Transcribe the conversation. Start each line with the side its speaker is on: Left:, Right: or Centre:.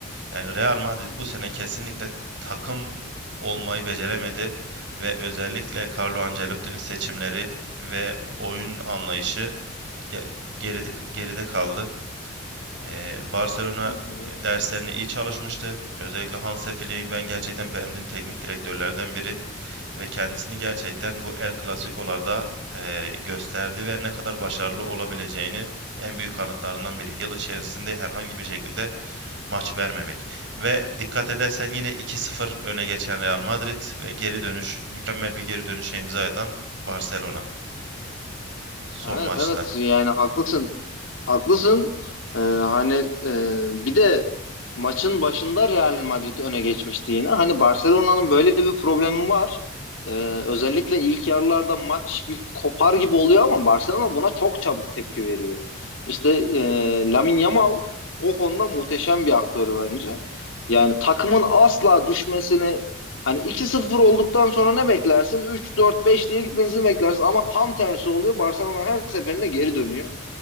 Right: Yani Real Madrid bu
Left: Hı
Right: sene
Left: hı.
Right: kesinlikle takım olmayı beceremedi ve özellikle Carlo Ancelotti'nin seçimleri ve oyun anlayışı ge- geride geride kaldı. Eee, Barcelona
Left: Hı hı.
Right: e, derslerine iyi çalışmıştı. Özellikle Hansi Flick'i ben gerçekten beğendiğim teknik direktörlerden biri ve kendisini gerçekten bu El Clasico'larda eee, gösterdi ve ne kadar başarılı olabileceğini en büyük kanıtlarından biri. Yıl içerisinde herhangi bir şekilde maç vermemek. Ve dikkat edersen yine 2-0 öne geçen Real Madrid ve geri dönüş, mükemmel bir geri dönüşe imza atan Barcelona son
Left: Evet
Right: maçta.
Left: evet yani haklısın. Haklısın. Ee, hani e, bir de maçın başında Real Madrid öne geçmişti yine. Hani Barcelona'nın böyle bir problemi var. Ee, özellikle ilk yarılarda maç bir kopar gibi oluyor ama Barcelona buna çok çabuk tepki veriyor. İşte e, Lamine Yamal o konuda muhteşem bir aktör bence. Yani takımın asla düşmesini hani iki sıfır olduktan sonra ne beklersin? Üç, dört, beş diye gitmesini beklersin ama tam tersi oluyor. Barcelona her seferinde geri dönüyor.